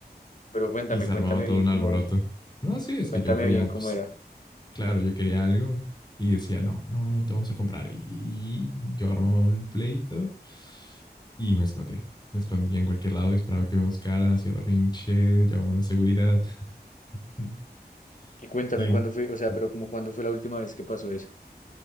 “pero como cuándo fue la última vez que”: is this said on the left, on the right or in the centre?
Left